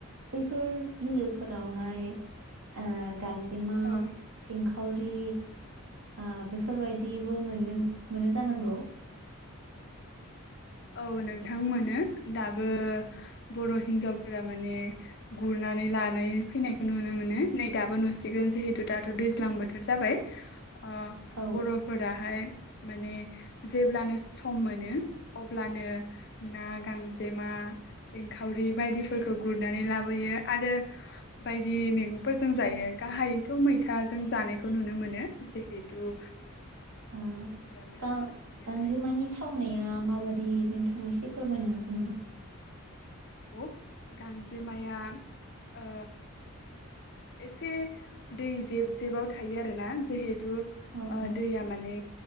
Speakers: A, on the right (about 75°); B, on the left (about 50°).
A: बैफोर बिलोफोरावहाय ओ गां जेमा
B: औ
A: सें खावरि ओ बेफोरबायदिबो मोनगोन मोनो जानांगौ?
B: औ नोंथां मोनो दाबो बर' हिनजावफोरा माने गुरनानै लानाय फैनायखौ नुनो मोनो नै दाबो नुसिगोन जिहेथु दाथ' दैज्लां बोथोर जाबाय ओ
A: औ
B: बरफोराहाय माने जेब्लानो सम मोनो अब्लानो ना गांजेमा एंखावरि बायदिफोरखौ गुरनानै लाबोयो आरो बायदि मैगंफोरजों जायो गाहायैथ मैथाजों जानायखौ नुनो मोनो जिहेथु
A: औ
B: मैगं
A: गां
B: फोनानै दोनखायो
A: गांजेमानि थावनाया माबादि नोंथां एसे फोरमायनो हागोन नामा
B: औ गांजेमाया ओ एसे दै जेब जेबाव थायो आरोना जिहेतु
A: औ
B: ओ
A: औ
B: दैया माने